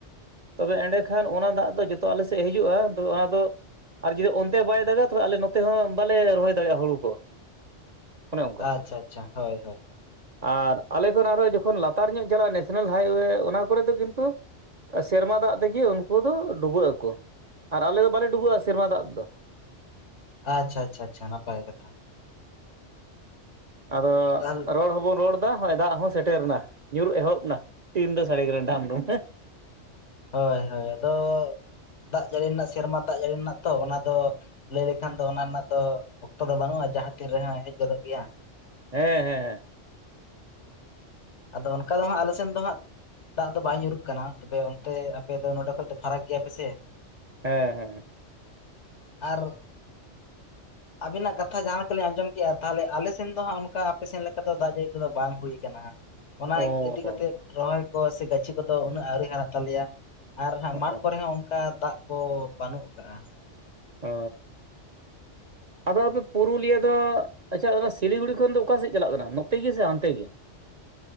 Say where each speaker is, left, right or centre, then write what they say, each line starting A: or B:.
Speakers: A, on the right; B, on the left.
A: ᱛᱚᱵᱮ ᱮᱸᱰᱮᱠᱷᱟᱱ ᱚᱱᱟ ᱫᱟᱜ ᱫᱚ ᱡᱚᱛᱚ ᱟᱞᱮ ᱥᱮᱫ ᱦᱤᱡᱩᱜᱼᱟ ᱛᱚ ᱚᱱᱟ ᱫᱚ ᱟᱨ ᱡᱩᱫᱤ ᱚᱱᱛᱮ ᱦᱚᱸ ᱵᱟᱭ ᱫᱟᱜᱟ ᱛᱚᱵᱮ ᱟᱞᱮ ᱱᱚᱛᱮ ᱦᱚᱸ ᱵᱟᱞᱮ ᱨᱚᱦᱚᱭ ᱫᱟᱲᱮᱜᱼᱟ ᱦᱩᱲᱩ ᱠᱚ ᱚᱱᱮ ᱚᱱᱠᱟ
B: ᱟᱪᱪᱷᱟ ᱟᱪᱪᱷᱟ ᱦᱳᱭ ᱦᱳᱭ ᱦᱳᱭ
A: ᱟᱨ ᱟᱞᱮ ᱠᱷᱚᱱ ᱟᱨᱦᱚᱸ ᱡᱚᱠᱷᱚᱱ ᱞᱟᱛᱟᱨ ᱧᱚᱜ ᱪᱟᱞᱟᱜᱼᱟ ᱱᱮᱥᱱᱮᱞ ᱦᱟᱭᱚᱭᱮ ᱚᱱᱟ ᱠᱚᱨᱮ ᱫᱚ ᱠᱤᱱᱛᱩ ᱥᱮᱨᱢᱟ ᱫᱟᱜ ᱛᱮᱜᱮ ᱩᱱᱠᱩ ᱫᱚ ᱰᱩᱵᱟᱹᱜ ᱟᱠᱚ, ᱟᱨ ᱟᱞᱮ ᱫᱚ ᱵᱟᱞᱮ ᱰᱩᱵᱟᱹᱜᱼᱟ ᱥᱮᱨᱢᱟ ᱫᱟᱜ ᱛᱮᱫᱚ᱾
B: ᱟᱪᱪᱷᱟ ᱟᱪᱪᱷᱟ ᱟᱪᱪᱷᱟ ᱱᱟᱯᱟᱭ ᱠᱟᱛᱷᱟ᱾
A: ᱟᱫᱚ
B: ᱛᱟᱦᱚᱞᱮ
A: ᱨᱚᱲ ᱦᱚᱵᱚᱱ ᱨᱚᱲ ᱫᱟ ᱦᱚᱸᱭ ᱫᱟᱜ ᱦᱚᱸ ᱥᱮᱴᱮᱨᱮᱱᱟ ᱧᱩᱨᱩᱜ ᱮᱦᱚᱵ ᱱᱟ ᱴᱤᱢ ᱫᱚ ᱥᱟᱵᱮ ᱠᱟᱱᱟ ᱰᱷᱟᱢᱩ ᱵᱷᱤᱢ ᱦᱮᱸ᱾
B: ᱦᱳᱭ ᱦᱳᱭ, ᱟᱫᱚ ᱫᱟᱜ ᱡᱟᱹᱲᱤ ᱨᱮᱱᱟᱜ ᱥᱮᱨᱢᱟ ᱫᱟᱜ ᱡᱟᱹᱲᱤ ᱨᱮᱱᱟᱜ ᱛᱚ ᱚᱱᱟ ᱫᱚ ᱞᱟᱹᱭ ᱞᱮᱠᱷᱟᱱ ᱫᱚ ᱚᱱᱟ ᱨᱮᱱᱟᱜ ᱫᱚ ᱚᱠᱛᱚ ᱫᱚ ᱵᱟᱹᱱᱩᱜᱼᱟ ᱡᱟᱦᱟᱸ ᱛᱤᱨ ᱨᱮᱦᱟᱸ ᱦᱮᱡ ᱜᱚᱫᱚᱜ ᱜᱮᱭᱟ᱾
A: ᱦᱮᱸ ᱦᱮᱸ ᱦᱮᱸ᱾
B: ᱟᱫᱚ ᱚᱱᱠᱟ ᱫᱚ ᱦᱟᱸᱜ ᱟᱞᱮ ᱥᱮᱱ ᱫᱚ ᱦᱟᱸᱜ ᱫᱟᱜ ᱫᱚ ᱵᱟᱭ ᱧᱩᱨᱩᱜ ᱠᱟᱱᱟ, ᱛᱚᱵᱮ ᱚᱱᱛᱮ ᱟᱯᱮ ᱫᱚ ᱱᱚᱰᱮ ᱠᱷᱚᱡ ᱫᱚ ᱯᱷᱟᱨᱟᱠ ᱜᱮᱭᱟ ᱯᱮᱥᱮ
A: ᱦᱮᱸ ᱦᱮᱸ᱾
B: ᱟᱨ ᱟᱵᱤᱱᱟᱜ ᱠᱟᱛᱷᱟ ᱡᱟᱦᱟᱸ ᱞᱮᱠᱟᱞᱤᱧ ᱟᱸᱡᱚᱢ ᱠᱮᱜᱼᱟ ᱛᱟᱦᱚᱞᱮ ᱟᱞᱮ ᱥᱮᱱ ᱫᱚ ᱦᱟᱸᱜ ᱚᱱᱠᱟ ᱟᱯᱮ ᱥᱮᱱ ᱞᱮᱠᱟ ᱫᱚ ᱫᱟᱜ ᱡᱟᱹᱲᱤ ᱠᱚᱫᱚ ᱵᱟᱝ ᱦᱩᱭ ᱠᱟᱱᱟ᱾ ᱚᱱᱟ
A: ᱚ
B: ᱤᱫᱤ ᱠᱟᱛᱮᱜ ᱨᱚᱦᱚᱭ ᱠᱚ ᱥᱮ ᱜᱟᱹᱪᱷᱤ ᱠᱚᱫᱚ ᱩᱱᱟᱹᱜ ᱟᱹᱣᱨᱤ ᱦᱟᱨᱟ ᱛᱟᱞᱮᱭᱟ, ᱟᱨ ᱦᱟᱸᱜ
A: ᱚ
B: ᱢᱟᱴᱷ ᱠᱚᱨᱮ ᱦᱚᱸ ᱚᱱᱠᱟ ᱫᱟᱜ ᱠᱚ ᱵᱟᱹᱱᱩᱜ ᱠᱟᱫᱜᱼᱟ᱾
A: ᱚ ᱟᱫᱚ ᱟᱯᱮ ᱯᱩᱨᱩᱞᱤᱭᱟᱹ ᱫᱚ ᱟᱪᱪᱷᱟ ᱚᱱᱟ ᱥᱤᱞᱤᱜᱩᱲᱤ ᱠᱷᱚᱱ ᱫᱚ ᱚᱠᱟ ᱥᱮᱜ ᱪᱟᱞᱟᱜ ᱠᱟᱱᱟ ᱱᱚᱛᱮ ᱜᱮ ᱥᱮ ᱦᱟᱱᱛᱮ ᱜᱮ?